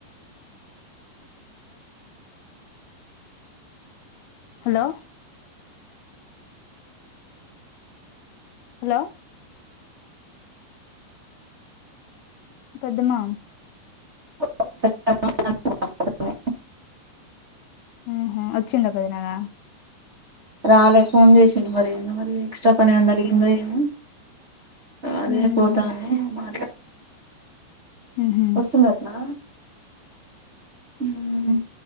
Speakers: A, on the left; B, on the right.
A: హలో హలో పెద్దమా
B: <inaudible>
A: హు హుమ్ వచ్చిండా పోయినాన
B: రాలే ఫోన్ చేసండి మరి ఏందో మరి ఎక్స్ట్రా పని ఏమో తలిగిందొ ఏమో అదే
A: మ్మ్
B: పోతనేే మా
A: మ్మ్ హు
B: వస్తున్ డట్ నా హుమ్